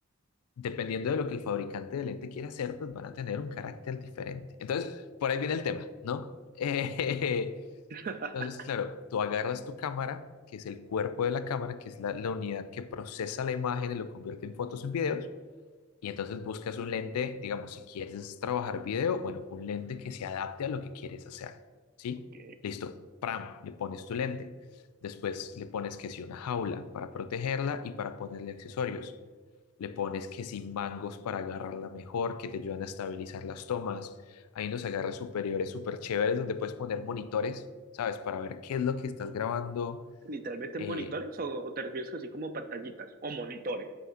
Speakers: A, on the left; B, on the right.
A: dependiendo de lo que el fabricante de lente quiera hacer, pues van a tener un carácter diferente. Entonces, por ahí viene el tema, ¿no? Eh, <laughs>
B: <laughs>
A: entonces, claro, tú agarras tu cámara, que es el cuerpo de la cámara, que es la, la unidad que procesa la imagen y lo convierte en fotos, en videos. Y entonces buscas un lente, digamos, si quieres trabajar video, bueno, un lente que se adapte a lo que quieres hacer. ¿Sí?
B: Ok.
A: Listo. Pram, le pones tu lente. Después le pones que si una jaula para protegerla y para ponerle accesorios. Le pones que si mangos para agarrarla mejor, que te ayudan a estabilizar las tomas. Hay unos agarres superiores súper chéveres donde puedes poner monitores, ¿sabes? Para ver qué es lo que estás grabando.
B: ¿Literalmente
A: Eh,
B: monitores o, o te refieres así como pantallitas o monitores?